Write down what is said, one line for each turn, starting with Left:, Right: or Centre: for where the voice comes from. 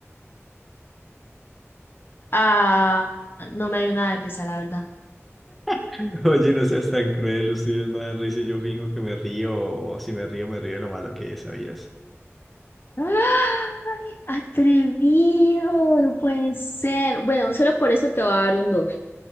Left: Ah, no me dio nada de risa, la verdad.
Centre: <laughs> Oye, no seas tan cruel, los tuyos me dan risa y yo finjo que me río, o si me río, me río de lo malo que es, ¿sabías?
Left: ¡Ay! Atrevido, no puede ser. Bueno, solo por eso te voy a dar un 2.